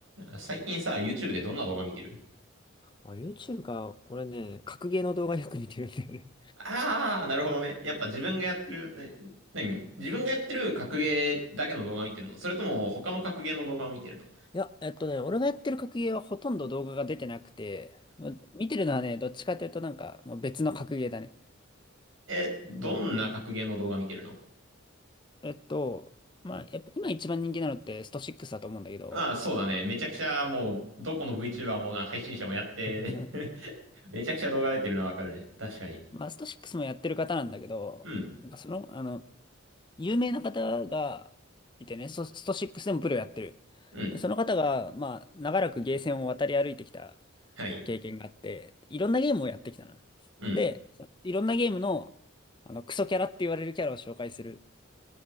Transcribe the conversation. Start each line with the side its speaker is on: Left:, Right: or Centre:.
Right: あ最近さ、YouTube でどんな動画見てる
Left: あ、YouTube か。俺ね、格ゲーの動画よく見てるんだよね。
Right: ああー、なるほどね。やっぱ自分がやってる、ね、何自分がやってる格ゲーだけの動画見てるのそれとも他の格ゲーの動画を見てるの
Left: <laughs> いや、えっとね、俺がやってる格ゲーはほとんど動画が出てなくて、ま見てるのはね、どっちかというとなんか、もう別の格ゲーだね。
Right: え、どんな格ゲーの動画見てるの
Left: うん。えっと、まあ、やっぱ今一番人気なのってスト6だと思うんだけど、
Right: まあそうだね。めちゃくちゃもう、どこの VTuber もな配信者もやって
Left: <laughs>
Right: <laughs> めちゃくちゃ動画出てるのはわかるね。確かに。
Left: まあ、スト6もやってる方なんだけど、
Right: うん、
Left: なんかその、あの、有名な方がいてね、ストスト6でもプロやってる。
Right: うん、
Left: で、その方が、まあ、長らくゲーセンを渡り歩いてきた
Right: はい、
Left: 経験があって、いろんなゲームをやってきたの。
Right: うん。
Left: で、そいろんなゲームの、あの、クソキャラって言われるキャラを紹介する